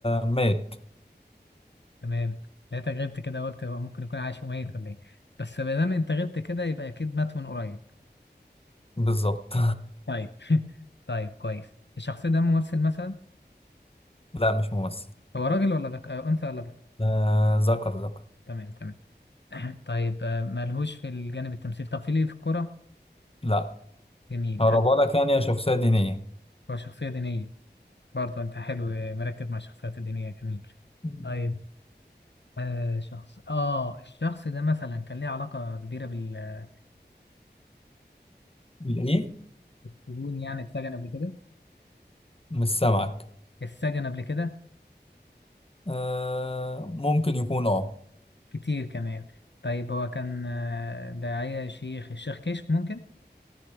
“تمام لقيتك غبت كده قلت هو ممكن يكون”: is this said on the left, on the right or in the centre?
Left